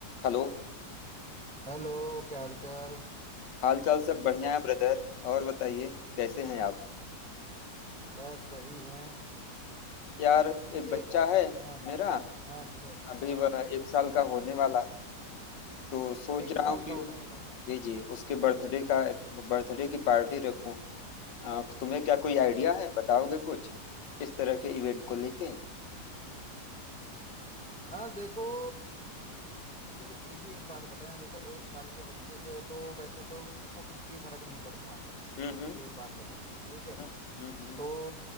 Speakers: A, on the left; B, in the centre.
A: Hello
B: Hello क्या हाल चाल
A: हाल चाल सब बढ़िया है ब्रदर और बताइए कैसे हैं आप
B: बस सही है
A: यार एक
B: एक
A: बच्चा है
B: हाँ
A: मेरा
B: हाँ अच्छा
A: अभी
B: हाँ
A: वह एक साल का होने वाला है तो सोच
B: एक
A: रहा
B: साल
A: हूँ कि
B: का होने वाला है
A: जी जी उसके बर्थडे का
B: हाँ
A: बर्थडे की पार्टी रखूं आ, तुम्हें क्या कोई
B: ओके
A: आइडिया है बताओगे कुछ इस तरह के इवेंट को लेके
B: हाँ देखो देखो सीधी एक बात बताएं देखो एक साल के बच्चे के तो वैसे तो उसको कुछ भी फर्क नहीं पड़ना
A: हम्म
B: सीधी
A: हम्म
B: एक बात बताएं ठीक है
A: हम्म, हम्म, हम्म,
B: तो